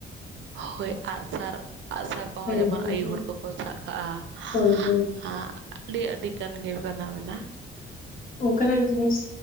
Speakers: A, on the right; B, on the left.
A: ᱦᱳᱭ ᱟᱜᱼᱥᱟᱨ, ᱟᱜᱼᱥᱟᱨ ᱠᱚᱦᱚᱸ
B: ᱦᱮᱸ
A: ᱡᱮᱢᱚᱱ
B: ᱦᱮᱸ
A: ᱟᱭᱳ
B: ᱦᱮᱸ
A: ᱦᱚᱲ ᱠᱚᱠᱚ ᱥᱟᱵ ᱠᱟᱜᱼᱟ
B: ᱦᱳᱭ
A: ᱾
B: ᱦᱳᱭ
A: ᱟᱸ ᱟᱹᱰᱤ ᱟᱹᱰᱤ ᱜᱟᱱ ᱜᱮ ᱚᱱᱠᱟᱱᱟᱜ ᱢᱮᱱᱟᱜᱼᱟ ᱾
B: ᱚᱱᱠᱟᱱᱟᱜ ᱡᱤᱱᱤᱥ